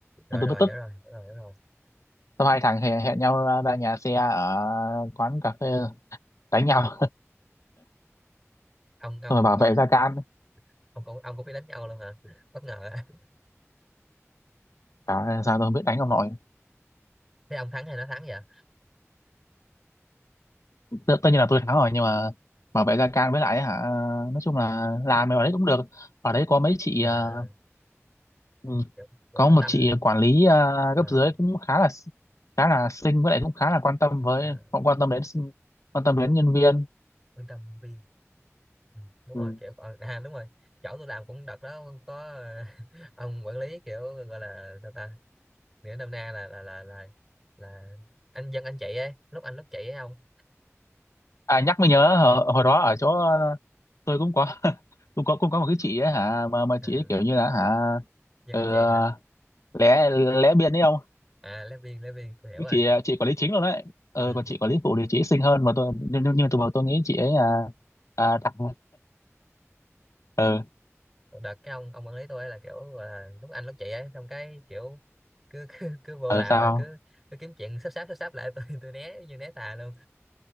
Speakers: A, in the centre; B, on the left.
A: rồi
B: nên tôi
A: rồi
B: mới tức
A: hiểu rồi hiểu rồi hiểu rồi
B: Xong hai thằng hẹn, hẹn nhau ra nhà xe ở quán cà phê đánh nhau
A: ông ông
B: xong rồi bảo
A: ông
B: vệ Gia Can
A: ông cũng ông cũng biết đánh nhau luôn hả bất ngờ <laughs> á.
B: Trời ơi, sao tôi không biết đánh ông nội
A: thế ông thắng hay nó thắng vậy
B: tất, tất nhiên là tôi thắng rồi nhưng mà bảo vệ Gia Can với lại hả nói chung là làm ở đấy cũng được ở đấy có mấy chị
A: à,
B: ờ, ừ,
A: kiểu, kiểu
B: có
A: quan
B: một
A: tâm
B: chị quản lý ờ,
A: Ờ
B: cấp dưới cũng khá là khá là xinh với lại cũng khá là quan tâm với
A: à,
B: quan tâm đến quan tâm đến nhân viên
A: Wisdom View ừ, đúng
B: ừ.
A: rồi kiểu ờ, à đúng rồi chỗ tôi làm cũng đợt đó có ờ, <laughs> ông quản lý kiểu gọi là sao ta nghĩa nôm na là là là là là anh dân anh chị ấy lúc anh lúc chị ấy ông
B: à nhắc mới nhớ hồi, hồi đó ở chỗ ờ, tôi cũng có <laughs> cũng có cũng có một cái chị ấy hả mà mà
A: à,
B: chị ấy kiểu như là hả
A: dân
B: ờ,
A: anh chị hả
B: lé lé biên đấy không
A: à lớp viên lớp viên tôi hiểu
B: cái
A: rồi
B: chị chị quản lý chính luôn đấy ờ
A: ừ,
B: còn chị quản lý phụ thì chị ấy xinh hơn mà tôi nhưng, nhưng nhưng mà tôi bảo tôi nghĩ chị ấy à à đặc ờ
A: ừ. đợt cái ông ông quản lý tôi ấy là kiểu gọi là lúc anh lúc chị ấy xong cái kiểu cứ cứ, cứ vô
B: ờ
A: làm
B: sao
A: là cứ cứ kiếm chuyện sắp sáp sắp sáp lại <laughs> tôi tôi né như né tà luôn